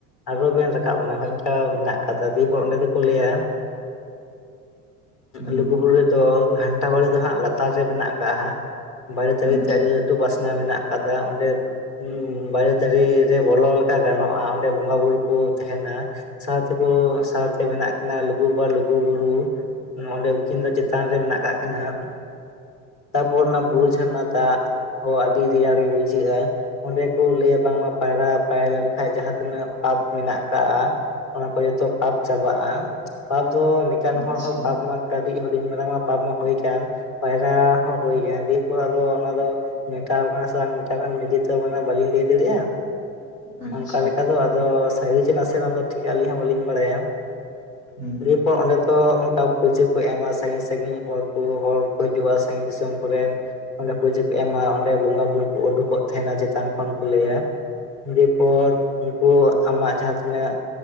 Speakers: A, on the left (about 35°); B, on the left (about 75°).
A: ᱟᱨᱚᱵᱮᱱ ᱨᱟᱠᱟᱵ ᱮᱱᱟ ᱦᱚᱭ ᱚᱝᱠᱟ ᱢᱮᱱᱟᱜ ᱟᱠᱟᱫᱟ ᱫᱤᱭᱟ ᱯᱚᱨᱮ ᱠᱚ ᱞᱟᱹᱭᱟ
B: ᱦᱳᱭ
A: ᱞᱩᱜᱩᱵᱩᱨᱩ ᱨᱮᱫᱚ ᱜᱷᱟᱱᱴᱟ ᱜᱷᱟᱱᱴᱟ ᱵᱟᱲᱮ ᱫᱚ ᱦᱟᱸᱜ ᱞᱟᱛᱟᱨ ᱨᱮ ᱢᱮᱱᱟᱜ ᱟᱠᱟᱫᱟ ᱦᱟᱸᱜ ᱵᱟᱲᱮ ᱫᱟᱨᱮ
B: ᱟᱪᱪᱷᱟ
A: ᱛᱮ ᱟᱹᱰᱤ ᱞᱟᱹᱴᱩ ᱯᱟᱥᱱᱟ ᱢᱮᱱᱟᱜ ᱟᱠᱟᱫᱟ ᱟᱠᱟᱫᱟ ᱚᱸᱰᱮ ᱵᱟᱲᱮ ᱫᱟᱨᱮ ᱨᱮ ᱵᱚᱞᱚ ᱞᱮᱠᱟ ᱜᱟᱱᱚᱜ-ᱟ ᱚᱸᱰᱮ ᱵᱚᱸᱜᱟ ᱵᱩᱨᱩ ᱠᱚ ᱛᱟᱦᱮᱱᱟ᱾ ᱥᱟᱶᱛᱮᱠᱚ ᱥᱟᱶᱛᱮ ᱢᱮᱱᱟᱜ ᱠᱤᱱᱟ ᱞᱩᱜᱩ ᱵᱟᱵᱟ ᱞᱩᱜᱩᱵᱩᱨᱩ ᱱᱚᱜ ᱚᱸᱰᱮ ᱩᱠᱤᱱ ᱫᱚ ᱪᱮᱛᱟᱱ ᱨᱮ ᱢᱮᱱᱟᱜ ᱠᱟᱜ ᱠᱤᱱᱟ ᱦᱟᱸᱜ ᱛᱟᱨᱯᱚᱨ ᱚᱱᱟ ᱵᱩᱨᱩ ᱡᱷᱟᱨᱱᱟ ᱫᱟᱜ ᱦᱚᱸ ᱟᱹᱰᱤ ᱨᱮᱭᱟᱲ ᱜᱮ ᱵᱩᱡᱷᱟᱹᱜ-ᱟ ᱚᱸᱰᱮ ᱠᱚ ᱞᱟᱹᱭᱟ ᱵᱟᱝᱢᱟ ᱯᱟᱭᱨᱟ ᱯᱟᱭᱨᱟ ᱞᱮᱱᱠᱷᱟᱱ ᱡᱟᱦᱟᱸ ᱡᱟᱦᱟᱸ ᱛᱤᱱᱟᱹᱜ ᱯᱟᱯ ᱢᱮᱱᱟᱜ ᱟᱠᱟᱜ-ᱟ ᱚᱱᱟ ᱠᱚ ᱡᱚᱛᱚ ᱯᱟᱯ ᱪᱟᱵᱟᱜ-ᱟ ᱯᱟᱯ ᱫᱚ ᱱᱮᱠᱟᱱ
B: ᱟᱪᱪᱷᱟ
A: ᱦᱚᱲ ᱦᱚᱸ ᱯᱟᱯ ᱢᱟ ᱠᱟᱹᱴᱤᱡ ᱦᱩᱰᱤᱧ ᱢᱟᱨᱟᱝ ᱢᱟ ᱯᱟᱯ ᱢᱟ ᱦᱩᱭ ᱟᱠᱟᱱ ᱯᱟᱭᱨᱟ ᱦᱩᱭ ᱠᱟᱱᱟ ᱫᱤᱭᱮᱯᱚᱨ ᱟᱫᱚ ᱚᱱᱟ ᱫᱚ ᱢᱮᱴᱟᱣ ᱠᱟᱱᱟ ᱥᱮ ᱵᱟᱝ ᱢᱮᱴᱟᱣ ᱠᱟᱱᱟ ᱱᱤᱡᱮ ᱛᱚ ᱵᱟᱹᱞᱤᱧ ᱞᱟᱹᱭ ᱫᱟᱲᱮᱭᱟᱜ-ᱟ᱾
B: ᱟᱪᱪᱷᱟ
A: ᱚᱱᱠᱟ ᱞᱮᱠᱟ ᱫᱚ ᱟᱫᱚ ᱥᱟᱨᱤ ᱡᱮ ᱱᱟᱥᱮ ᱴᱷᱤᱠ ᱟᱹᱞᱤᱧ ᱦᱚᱸ ᱵᱟᱹᱞᱤᱧ ᱵᱟᱲᱟᱭᱟ
B: ᱦᱩᱸ
A: ᱫᱤᱭᱮᱯᱚ ᱚᱸᱰᱮ ᱫᱚ ᱚᱱᱠᱟ ᱯᱩᱡᱟᱹ ᱠᱚ ᱮᱢᱟ ᱥᱟᱺᱜᱤᱧ ᱥᱟᱺᱜᱤᱧ ᱦᱚᱲ ᱠᱚ ᱦᱚᱲ ᱠᱚ ᱦᱤᱡᱩᱜᱼᱟ ᱥᱟᱺᱜᱤᱧ ᱫᱤᱥᱚᱢ ᱠᱚᱨᱮᱱ ᱚᱸᱰᱮ ᱯᱩᱡᱟᱹ ᱠᱚ ᱮᱢᱟ ᱚᱸᱰᱮ ᱵᱚᱸᱜᱟ ᱵᱩᱨᱩ ᱠᱚ ᱩᱰᱩᱠᱚᱜ ᱛᱟᱦᱮᱱᱟ ᱪᱮᱛᱟᱱ ᱠᱷᱚᱱ ᱠᱚ ᱞᱟᱹᱭᱟ ᱫᱤᱭᱮᱯᱚᱛ ᱩᱱᱠᱩ ᱟᱢᱟᱜ ᱡᱟᱦᱟᱸ ᱛᱤᱱᱟᱹᱜ